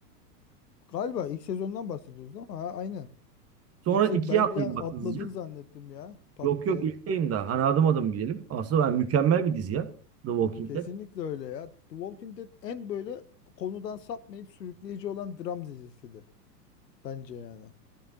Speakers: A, on the left; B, on the right.
A: Galiba ilk sezondan bahsediyoruz değil mi? Ha, aynen.
B: Sonra
A: İlk se-
B: ikiye
A: ben
B: atlayayım
A: bir an
B: bak
A: atladın
B: hızlıca.
A: zannettim ya. Pat
B: Yok
A: diye.
B: yok ilkteyim daha. Hani adım adım gidelim. Aslında ben mükemmel bir dizi ya. The Walking
A: Kesinlikle
B: Dead.
A: öyle ya. The Walking Dead en böyle konudan sapmayıp sürükleyici olan dram dizisidir. Bence yani.